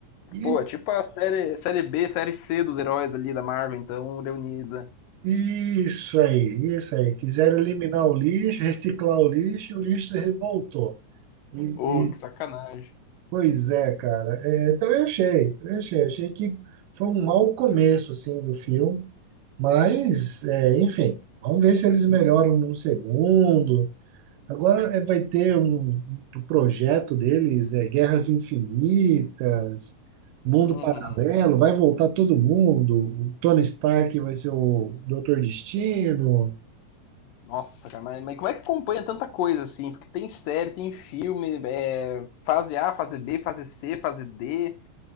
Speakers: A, on the right; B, on the left.
A: E
B: Pô, é tipo a série, série B, série C dos heróis ali da Marvel, então, reunida.
A: e isso aí, isso aí. Quiseram eliminar o lixo, reciclar o lixo e o lixo se revoltou. E,
B: Ô,
A: e-
B: que sacanagem.
A: pois é, cara. É, também achei, também achei. Achei que foi um mau começo, assim, do filme Mas, é, enfim, vamos ver se eles melhoram num segundo. Agora é, vai ter um, um projeto deles, é Guerras Infinitas, Mundo
B: Uhum.
A: Paralelo, vai voltar todo mundo. O Tony Stark vai ser o Doutor Destino.
B: Nossa, cara, mas, mas como é que acompanha tanta coisa assim? Porque tem série, tem filme, é, fase A, fase B, fase C, fase D.